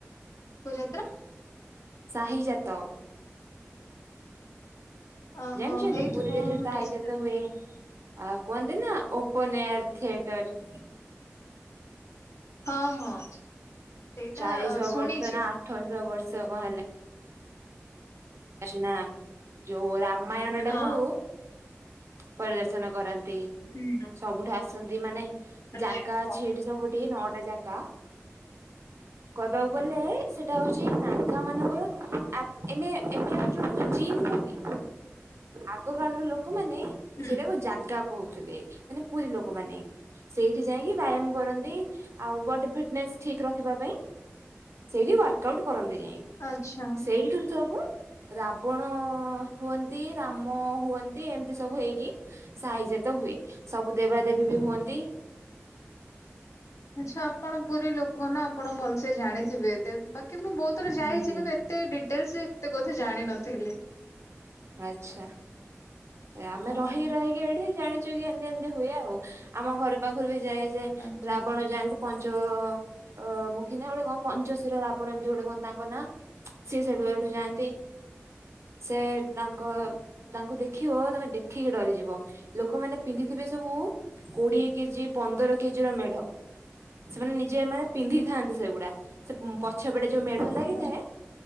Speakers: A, on the left; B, on the right.
A: କୁ ଯାତ୍ରା?
B: ସାହି ଜାତ।
A: ଓହୋ
B: ଜାଣିଚନ୍ତି
A: ହେଇଥିବ
B: ପୁରୀରେ ଯଉ
A: ମୁଁ
B: ସାହି
A: ଠିକ ସେ
B: ଯାତ ଅ ହୁଏ ଆ କୁହନ୍ତି ନା ଓପନ ଏୟାର ଥିଏଟର।
A: ହଁ ହଁ। ସେଇଟା
B: ଚାରିଶହ
A: ଶୁଣିଛି।
B: ବର୍ଷ ନା ଆଠଶହ ବର୍ଷ କଣ ହେଲେ ଅଛି ନା ଯୋଉ ରାମାୟଣ ଟାକୁୁ
A: ହଁ।
B: ପରିଦର୍ଶନ କରନ୍ତି।
A: ହୁଁ
B: ସବୁଠି ଆସନ୍ତି। ମାନେ
A: ଆଚ୍ଛା
B: ଜାଗା
A: ହୁଁ।
B: ଅଛି ଏଠି ସବୁଠି ନଅଟା ଜାଗା କଦବାକୁ ଗଲେ ସେଟା ହଉଚି ନାଗା ମାନଙ୍କର ଆ ଏମ ଏ ଏବେ ଆମେ ଯୋଉଟା କୁ ଜିମ୍ କହୁନି, ଆଗ କାଳର ଲୋକମାନେ
A: ହୁଁ
B: ସେଇଟାକୁ ଜାଗା କହୁଥିଲେ। ମାନେ ପୁରୀ ଲୋକମାନୋନ ସେଇଠି ଯାଇକି ବ୍ୟାୟାମ କରନ୍ତି। ଆଉ ବଡି ଫିଟନେସ ଠିକ ରଖିବା ପାଇଁ ସେଇଠି ୱାର୍କ ଆଉଟ କରନ୍ତି ଯାଇକି।
A: ଆଚ୍ଛା
B: ସେଇଠୁ ସବୁ ରାବଣ ହୁଅନ୍ତି ରାମ ହୁଅନ୍ତି ଏମିତି ସବୁ ହେଇକି ସାହି ଜାତ ତ ହୁଏ। ସବୁ ଦେବା ଦେବୀ ବି ହୁଅନ୍ତି।
A: ଆଛା ଆପଣ ପୁରୀ ଲୋକ ନା ଆପଣ ଭଲସେ ଜାଣିଥିବେ ଏତେ। ବାକି ମୁଁ ବହୁତ ଥର ଯାଇଚି
B: ହୁଁ ହୁଁ
A: କିନ୍ତୁ ତେ ଡିଟେଲସରେ ଏତେ କଥା ଜାଣିିନଥିଲି।
B: ଆଛା ଆମେ
A: ହଁ
B: ରହି ରହିକି ଏଠି ଜାଣିଚୁ ଯେ ଏମିତି ଏମିତି ହୁଏ ଆଉ। ଆମ ଘର ପାଖରୁ ବି ଯାଏ ଯେ
A: ଆଚ୍ଛା
B: ରାବଣ ଯାଆନ୍ତି ପଞ୍ଚ ଅ ମୁଖୀ ନା ଗୋଟେ କଣ ପଞ୍ଚଶିର ରାବଣ ଏମତି ଗୋଟେ କଣ ତାଙ୍କ ନା। ସିଏ ସେଠୁ ଏଠୁ ଯାଆନ୍ତି। ସେ ତାଙ୍କ ତାଙ୍କୁ ଦେଖିବ ତମେ ଦେଖିକି ଡରିଯିବ। ଲୋକମାନେେ ପିନ୍ଧିଥିବେ ସବୁ କୋଡିଏ କେଜି ପନ୍ଦର କେଜି ର ମେଢ। ସେମାନେ ନିଜେ ମାନେ ପିନ୍ଧିଥାନ୍ତି ସେଗୁଡା ସେ ପଛ ପେଟେ ଯୋଉ ମେଢ ହେ ଲାଗିଥାଏ
A: ହୁଁ।